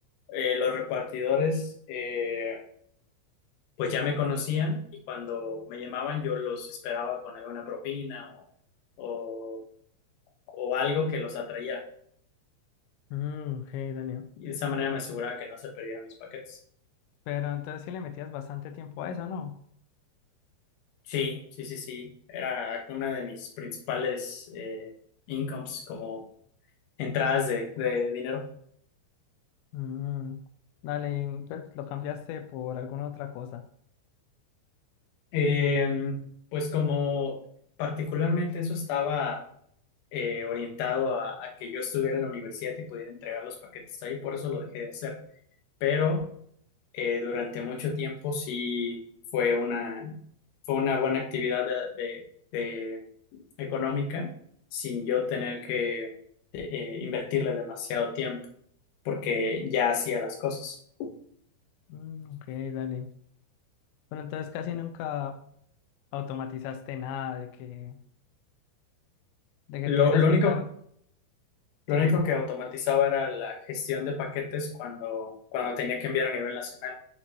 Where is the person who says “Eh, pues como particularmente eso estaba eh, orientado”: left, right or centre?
Left